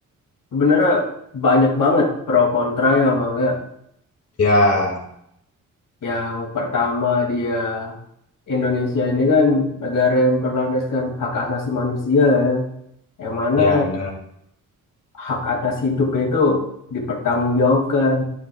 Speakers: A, on the left; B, on the left.
A: Sebenarnya banyak banget pro kontranya, Bang ya.
B: ya
A: Yang pertama dia Indonesia ini kan negara yang berlandaskan hak asasi manusia ya, yang mana
B: ya benar
A: hak atas hidup itu dipertanggungjawabkan,